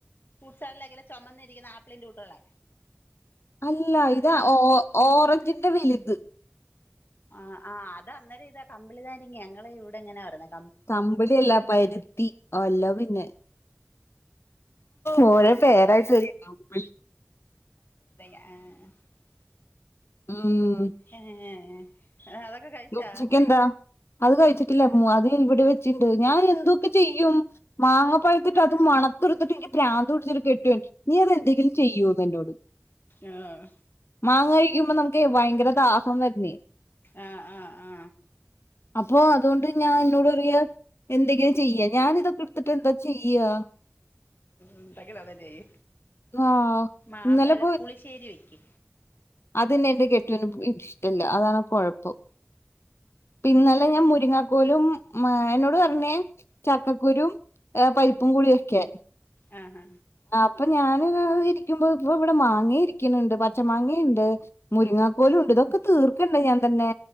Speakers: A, on the left; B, on the left.
A: ഫൂട്ട്സാലകിലെ ചൊമന്നിരിക്കുന്ന ആപ്പിളിന്റെ കൂട്ട്ള്ള
B: അല്ല ഇത് ഓ ഓറഞ്ചിന്റെ വെല്ത്
A: ആഹ് ആഹ് അത് അന്നര ഇതാ കമ്പളിനാരങ്ങ ഞങ്ങള് ഇവ്ടങ്ങനാ പറയ്ന്നേ
B: കമ്പ്ളി അല്ല പര്ത്തി അല്ല പിന്നെ ഓര പേരാത്തരെ കമ്പ്ളി
A: ഏ
B: മ്
A: ഏ അതക്കെ കഴിച്ചാ
B: ഉച്ചക്ക് എന്താ അത് കഴിച്ചിട്ടില്ല മ അത് ഇവടെ വെച്ചിണ്ട് ഞാ എന്തൊക്കെ ചെയ്യും മാങ്ങപ്പഴ്ത്തിട്ട് അത് മ കണടുത്തിട്ട് എനിക്ക് ബ്രാന്ത്പിടിച്ചിട്ട് കെട്ട്യോൻ നീ അത് എന്തെങ്കിലും ചെയ്യോന്ന് എന്നോട്
A: ആഹ്
B: ആഹ് കഴിക്കുമ്പോ നമുക്ക് ഭയങ്കര ദാഹം വര്ന്നേ
A: ആ ആ ആ
B: അപ്പൊ അതുകൊണ്ട് ഞാൻ ന്നോട് പറയാ എന്തെങ്കിലും ചെയ്യേ ഞാന്തൊക്കെട്ത്ത്ട്ട് എന്താ ചിയ്യാ
A: ഉണ്ടാക്കില അത് ചെയ്
B: ആ
A: മാമ്പഴ
B: ഇന്നലെ
A: പുളിശ്ശേരി വെ ക്കി
B: അതെന്നെ എന്റെ കെട്ട്യോന് ഇഷ്ട്ടല്ല പ് അതാണ് പ് കൊഴപ്പം പിന്നലെ ഞാം മുരിങ്ങാക്കോലും മ എന്നോട് പറഞ്ഞേ ചക്കക്കുരൂം പരിപ്പും കൂടിവെക്കെ
A: ഹ ഹാ
B: അപ്പ ഞാന് ഇരിക്കുമ്പോ ഇപ്പൊ ഇവിടെ മാങ്ങ ഇരിക്ക്ണ് ണ്ട് പച്ച മാങ്ങേണ്ട് മുരിങ്ങാക്കോലുണ്ട് ഇതൊക്കെ തീർക്കണ്ടേ ഞാൻ തന്നെ